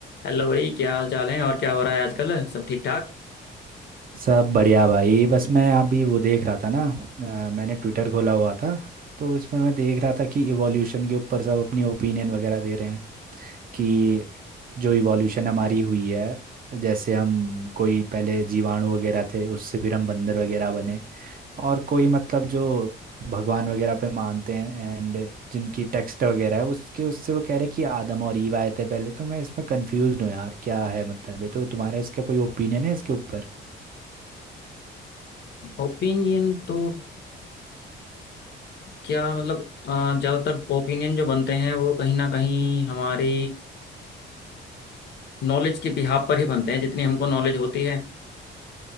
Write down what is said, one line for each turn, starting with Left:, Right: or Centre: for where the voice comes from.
Left: Hello भाई क्या हाल चाल है और क्या हो रहा है आजकल सब ठीक ठाक
Right: सब बढ़िया भाई बस मैं अभी वो देख रहा था ना अ, मैंने ट्विटर खोला हुआ था तो इसमें मैं देख रहा था कि इवोल्यूशन के ऊपर सब अपनी ओपिनियन वगैरह दे रहे हैं कि जो इवोल्यूशन हमारी हुई है जैसे हम कोई पहले जीवाणु वगैरह थे उससे फिर हम बंदर वगैरह बने और कोई मतलब जो भगवान वगैरह पे मानते हैं एंड जिनकी टेक्स्ट वगैरह है उसके उससे वो कह रहे हैं कि आदम और ईव आए थे पहले तो मैं इसमें कंफ्यूज हूँ यार क्या है मतलब ये तो तुम्हारा इसका कोई ओपिनियन है इसके ऊपर
Left: ओपिनियन तो क्या मतलब अ, ज्यादातर ओपिनियन जो बनते हैं वो कहीं ना कहीं हमारी नॉलेज के बिहाव पर ही बनते हैं जितनी हमको नॉलेज होती है